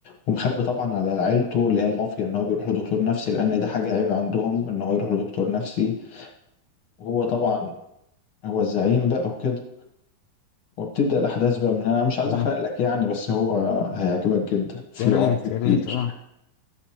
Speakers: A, on the left; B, on the left.
A: ومخبي طبعا على عيلته اللي هي المافيا إن هو بيروح لدكتور نفسي لأن ده حاجة عيب عندهم إن هو يروح لدكتور نفسي وهو طبعا
B: تمام
A: هو الزعيم بقى وكده وبتبدأ الأحداث بقى من هنا أنا مش عايز
B: تمام
A: أحرق لك يعني بس هو هيعجبك جدا في
B: يا ريت
A: عنف كتير
B: يا ريت اه